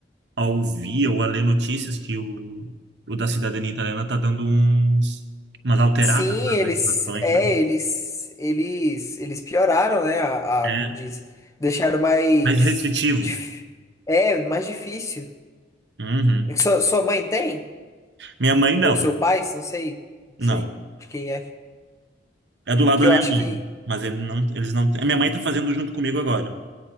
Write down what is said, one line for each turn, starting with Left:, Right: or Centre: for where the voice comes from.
Right: a ouvir ou a ler notícias que o, o da cidadania italiana tá dando uns, umas alteradas
Left: Sim,
Right: nas
Left: eles,
Right: legislações,
Left: é,
Right: né?
Left: eles, eles, eles pioraram, né? A,
Right: É
Left: a- como diz, deixaram mais,
Right: mais restritivo.
Left: dif- é, mais difícil.
Right: Uhum.
Left: É que Sua, sua mãe tem?
Right: Minha mãe, não.
Left: Ou seu pai? Não sei, não
Right: Não.
Left: sei de quem é.
Right: É do lado
Left: Que
Right: da
Left: eu
Right: minha
Left: acho
Right: mãe.
Left: que,
Right: Mas ele não, eles não. A minha mãe tá fazendo junto comigo agora.